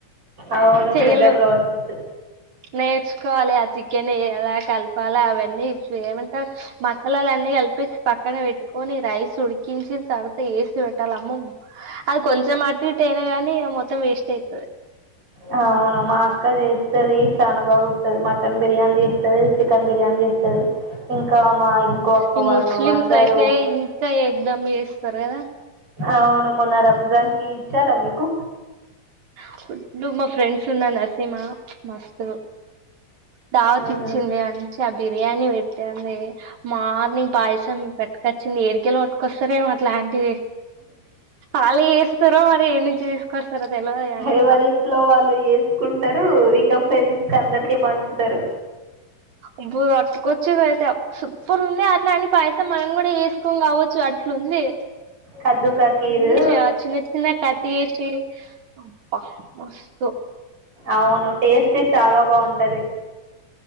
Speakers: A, on the right (about 35°); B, on the right (about 55°).
A: అవును
B: చెయలేము
A: పెద్ద ప్రాసెస్
B: నేర్చుకోవాలి ఆ చికెన్ వే ఎలా కలపాలా అవన్నీ వేయమంటారు మసాలాలన్నీ కలిపేసి పక్కన పెట్టుకొని రైస్ ఉడికించిన తర్వాత వేసి పెట్టాలమ్మో అది కొంచెం అటిటు అయినా గానీ మొత్తం వేస్ట్ అయితది
A: ఆ అవును మా అక్క చేస్తది చాలా బాగా వస్తది మటన్ బిర్యానీ చేస్తది చికెన్ బిర్యానీ చేస్తది ఇంకా మా అక్క
B: ఈ
A: వాళ్ళు
B: ముస్లిమ్స్
A: అందరూ
B: అయితే ఇంకా ఎక్దాం చేస్తరు కదా
A: అవును మొన్న రంజాన్ కి ఇచ్చారా మీకు?
B: అప్పుడు మా ఫ్రెండ్స్ ఉండే నరసింహ మస్తు దావతిచ్చింది
A: ఉహు
B: మంచిగా బిర్యానీ పెట్టింది. మార్నింగ్ పాయసం పట్టుకొచ్చింది ఏడికెలి పట్టుకొస్తరో ఏమో అట్లాంటి ఆళ్ళే చేస్తరో మరి ఏనుంచి తీసుకొస్తారో తెల్వద్ గాని
A: ఎవర్
B: అబ్బా
A: ఇంట్లో వాళ్ళు చేస్కుంటరు ఇంకా ఫ్రెండ్స్క్ అందరికి పంచుతరు
B: ఇప్పు గట్టుకొచ్చింది అయితే అప్ సుప్పర్ ఉంది అట్ల అని పాయసం మనం కూడ ఏస్కోం కావచ్చు అట్ లుంది
A: కద్దు కా ఖీరు
B: ఊ చ్ చిన్న చిన్న క <unintelligible> అబ్బ మస్తు
A: అవును టేస్టే చాల బావుంటది.